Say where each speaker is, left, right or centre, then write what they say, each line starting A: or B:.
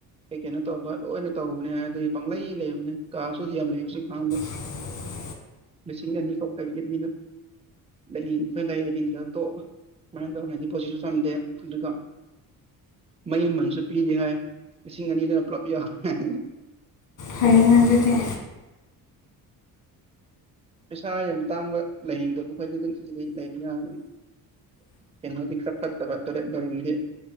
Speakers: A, on the right; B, on the left.
A: ꯀꯩꯀꯩꯅꯣ ꯇꯧꯕ ꯂꯣꯏꯅ ꯇꯧꯕꯅꯦ ꯍꯥꯏ ꯑꯗꯨꯒꯤ ꯄꯪꯂꯩ ꯂꯩꯕꯅꯦ ꯀꯥꯁꯨ ꯌꯥꯝ ꯂꯩ ꯍꯨꯖꯤꯛ ꯍꯥꯡꯕ
B: <inaudible>
A: ꯂꯤꯁꯤꯡ ꯑꯅꯤꯈꯛ ꯑꯣꯏꯕꯒꯤ ꯃꯤꯅ ꯂꯩꯅꯤꯡ ꯈꯔ ꯂꯩ ꯂꯩꯅꯤꯡꯗ꯭ꯔ ꯇꯣꯛ ꯁꯨꯃꯥꯏꯅ ꯇꯧꯕꯅꯦ ꯗꯤꯄꯣꯠꯁꯤꯁꯨ ꯆꯟꯗꯦ ꯑꯗꯨꯒ ꯃꯩ ꯃꯃꯟꯁꯨ ꯄꯤꯗꯦ ꯍꯥꯏ ꯂꯤꯁꯤꯡ ꯑꯅꯤꯗꯨꯅ ꯄꯨꯂꯞ ꯌꯥꯎꯔꯦ ꯍꯥꯏ
B: ꯐꯩꯅ ꯑꯗꯨꯗꯤ
A: ꯄꯩꯁꯥ ꯌꯥꯝ ꯇꯥꯡꯕ ꯂꯩꯅꯤꯡꯗꯕ ꯈꯣꯏꯗꯤ ꯑꯗꯨꯝ ꯂꯩꯕ ꯌꯥꯒꯅꯤ ꯀꯩꯅꯣꯗꯤ ꯈꯔ ꯐꯠꯇꯕ ꯇꯣꯔꯦꯠ ꯕꯥꯠꯔꯨꯝꯗꯤ